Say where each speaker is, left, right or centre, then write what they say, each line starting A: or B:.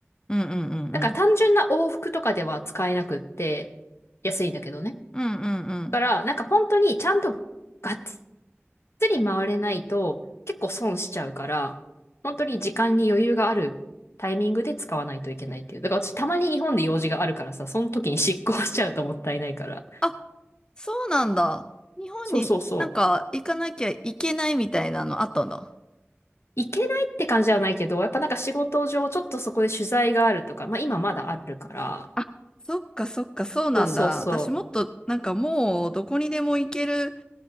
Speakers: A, on the left (about 20°); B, on the left (about 65°).
A: うんうんうん。
B: だから単純な往復とかでは使えなくって、安いんだけどね。
A: うんうんうん。
B: だから、なんか本当にちゃんとがっっつり回れないと結構損しちゃうから、本当に時間に余裕があるタイミングで使わないといけないっていう。だから私たまに日本で用事があるからさ、その時に執行しちゃうともったいないから。
A: あ、そうなんだ。日本になんか行かなきゃいけないみたいなのあったんだ。
B: そうそうそう。いけないって感じじゃないけど、やっぱなんか仕事上ちょっとそこで取材があるとか、まあ今まだあるから、
A: あ、そっかそっか、そうなんだ。
B: そうそうそ
A: 私もっと、なんかもう、どこにでも行ける